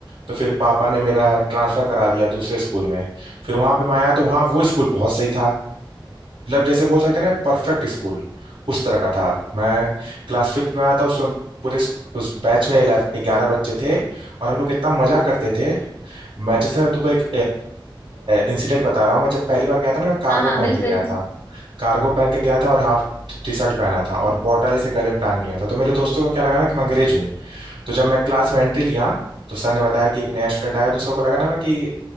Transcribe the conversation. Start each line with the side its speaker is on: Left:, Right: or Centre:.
Right: तो फिर पापा ने मेरा ट्रांसफर करा दिया दूसरे स्कूल में फिर वहां पे मैं आया तो वहाँ वो स्कूल बहुत सही था मतलब जैसे बोल सकते हैं ना परफेक्ट स्कूल उस तरह का था मैं क्लास फिफ्थ में आया था उसमें पूरे स्क- उस बैच में ग्यारह बच्चे थे और हम लोग इतना मजा करते थे मैनचेस्टर में तुमको एक इंसिडेंट बता रहा हूँ मैं जब पहली बार गया था ना मैं कार्गो
Left: हाँ हाँ
Right: पहन
Left: बिल्कुल
Right: के गया था कार्गो पहन के गया था और हाफ टी शर्ट पहना था और बॉटल ऐसे गले में टांग लिया था तो मेरे दोस्तों को क्या लगा ना कि मैं अंग्रेज हूँ तो जब मैं क्लास में एंट्री लिया तो सर ने बताया कि एक नया स्टूडेंट आया तो सबको लगा ना मैं कि